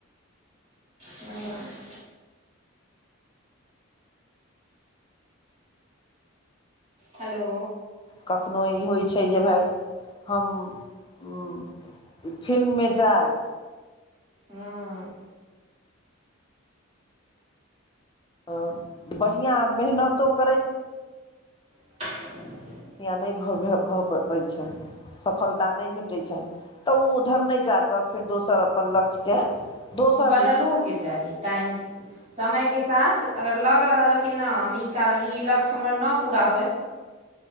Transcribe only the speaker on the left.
कखनो ई होइ छैय जे भाय हम हूँ फिल्ममे जाइ
अ बढ़िआँ मेहनतो करैत
या नहि भऽ पबैत छैय सफलता नहि भेटै छनि तऽ ओ उधर नहि जा कऽ फेर दोसर अपन लक्ष्यके दोसर
दि
<inaudible>